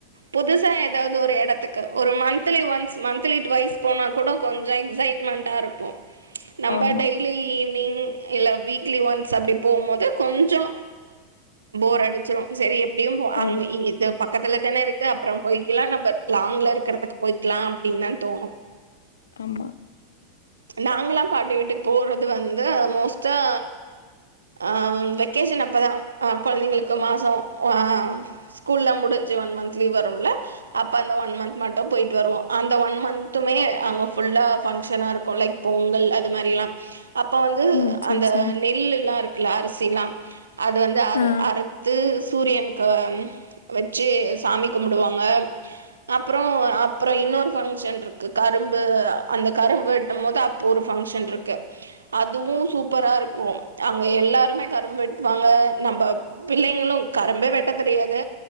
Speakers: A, on the right (about 70°); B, on the left (about 65°).
A: புதுசா எதாவது ஒரு எடத்துக்கு ஒரு மந்த்லி ஒன்ஸ் மந்த்லி டுவைஸ் போனா கூட கொஞ்ச எக்ஸைட்மண் டா இருக்கு நம்ப
B: ஆமா.
A: டெய்லி ஈவ்னிங் இல்ல வீக்லி ஒன்ஸ் அப்டி போம் போது கொஞ்சோ போர் அடிச்சுரு சரி டியு அங்
B: ஆம்.
A: இங் த பக் கத்துல தான இருக்கு அப்புறம் போயிக்கலா நம்ம லாங்க்ல இருக்கறதுக்கு போயிக்கலாம் அப்பிடின் தான் தோணு
B: ஆமா
A: நாங்கல்லா பாட்டி வீட்டுக் போறது வந்து மோஸ்டா ஆ வெக்கேஷன் அப்ப தா கெழந்தைங்களுக்கு மாசோ ஆ ஸ்கூல்லா முடுஞ்சு ஒன் மன்த் லீவ் வருல்ல அப்ப அந்த ஒன் மந்த் மட்டு போயிட்டு வருவோ அந்த ஒன் மந்த்துமே அங்க ஃபுல்லா பங்ஷனா இருக்கு லைக் பொங்கல் அது மாரி எல்லா அப்ப வந்து
B: ஓ! சரி,
A: அந்த
B: சரி.
A: நெல்லுல்லா இருக்குல்ல அரிசிலா அது வந்து அறு
B: ஆ.
A: அறுத்து சூரியன்க்கு வெச்சு சாமி கும்புடுவாங்க அப்பறோ அப்புற இன்னொரு பங்க்ஷன் இருக்கு கரும்பு அந்த கரும்பு வெட்டும் போது அப் ஒரு பங்ஷன் இருக்கு அதுவு சூப் பரா இருக்கு அங்க எல்லாருமே கரும்பு வெட்டுவாங்க நம்ப பிள்ளைங்களு கரும்பே வெட்ட தெரியாது